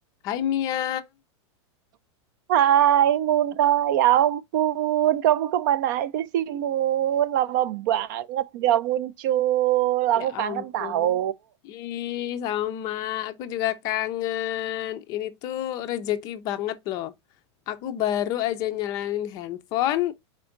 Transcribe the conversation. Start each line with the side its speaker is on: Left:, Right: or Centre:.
Left: Hai Mia,
Right: Hai Muna, ya ampun, kamu kemana aja sih Mun? Lama banget gak muncul, aku
Left: ya ampun.
Right: kangen tahu.
Left: Ih, sama. Aku juga kangen. Ini tuh rezeki banget loh. Aku baru aja nyalain handphone,